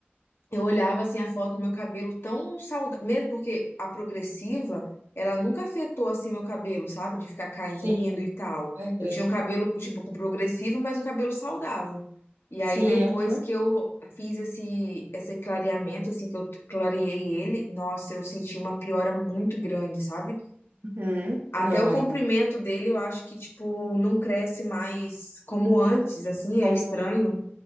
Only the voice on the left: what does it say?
Eu olhava assim a foto do meu cabelo tão saudável, mesmo porque a progressiva, ela nunca afetou assim meu cabelo, sabe? De ficar caindo
e tal.
Eu tinha um cabelo tipo com progressivo, mas um cabelo saudável. E
aí depois
que eu fiz esse esse clareamento assim que eu clareei ele, nossa, eu senti uma piora muito grande, sabe?
Até
o comprimento
dele, eu acho que tipo não cresce mais como antes, assim, é
estranho.